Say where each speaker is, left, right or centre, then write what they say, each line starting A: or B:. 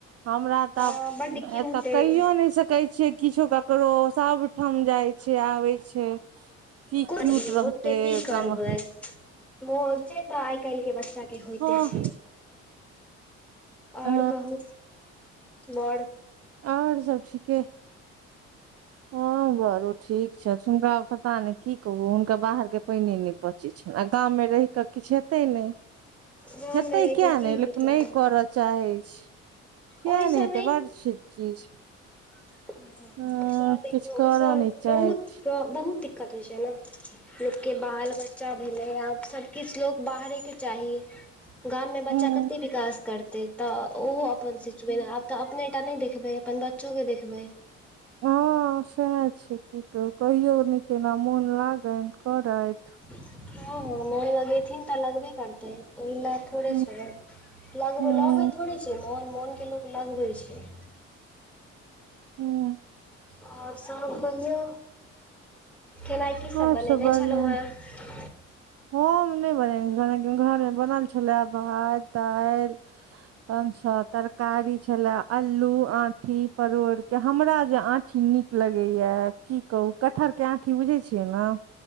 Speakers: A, on the right (about 45°); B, in the centre.
A: हमरा तऽ
B: हँ
A: आब
B: बड्ड क्यूट
A: एतऽ
B: अइ
A: कहियो नय सकै छीयै किछो ककरो सब ठाम जाइ छै आबै छै कि
B: कुछ
A: क्यूट
B: दियौ
A: रहतै
B: ओते की
A: एकरा मे
B: <inaudible> से तऽ आइ काल्हके बच्चा के होइते
A: हँ
B: छै <inaudible>
A: अ
B: ओर कहू बर
A: ओर सभ ठीके हँ बौआरौ ठीक छौ हुनका पता ने की कहबू हुनका बाहर के पाने ने पचेछेन आ गाम मे रहि कऽ किछु हेतै नय
B: गाम
A: हेतै
B: मे रहि
A: किए
B: कऽ की
A: नय लेकिन
B: हेतै
A: नय करय चाहै छै किया
B: ओहिसँ
A: नय हेते बर छै चीज
B: <inaudible> ओय
A: ह
B: से देखियौ
A: किछु
B: ओहिसँ
A: करऽ नहि चाहै
B: बहुत
A: छै
B: क बहुत दिक्कत होइ छै न लोकके बाल बच्चा भेलै आब सभ किछ लोक बाहरे के चाही गाम मे बच्चा
A: ह
B: कते विकास करतै तऽ ओहो अपन सोचबे आब तऽ अपनेटा नय देखबै अपन बच्चोके देखबै
A: हँ सएह छै की कह कहियो नइ केना मोन लागेन करेथ
B: <inaudible> हँ हँ मोन लगेथिन त लगबे करते ओहि ले थोड़े
A: ह
B: छै ल
A: ह
B: लगे थोड़े छै मन मोन के लो लगबै छै
A: <unintelligible>
B: आओर सभ कहियो खेनाइ की
A: आओर
B: सभ बनेने
A: सब बढ़िया
B: छलु हँ
A: हम नय बनेने छलु लेकिन घरमे बनल छलै भात दाइल तहन स तरकारी छले अलू आठी परोड़ के हमरा जे आठी नीक लगैया की कहू कटहर के आँठी बुझै छियै ने